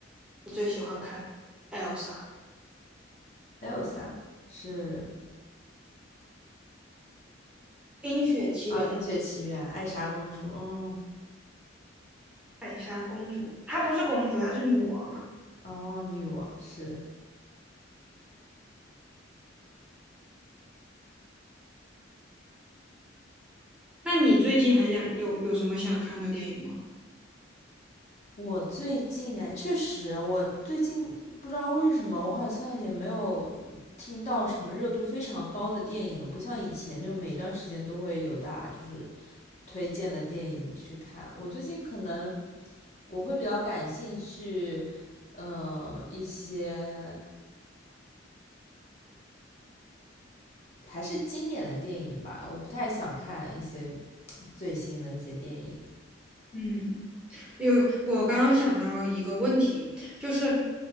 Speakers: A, in the centre; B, on the left (about 35°).
A: 我最喜欢看 Elsa
B: 还有啥？是
A: 《冰雪奇缘》
B: 啊，《冰雪奇缘》、《艾莎公主》，嗯，
A: 艾莎公主，她不是公主，她是女王啊。
B: 哦，女王是。
A: 那你最近还想有有什么想看的电影吗？
B: 我最近哎，确实，我最近不知道为什么，我好像也没有听到什么热度非常高的电影了，不像以前就每段时间都会有大家就是推荐的电影去看。我最近可能我会比较感兴趣，嗯、一些还是经典的电影吧，我不太想看一些最新的那些电影。
A: 嗯，有，我刚刚想到一个问题，就是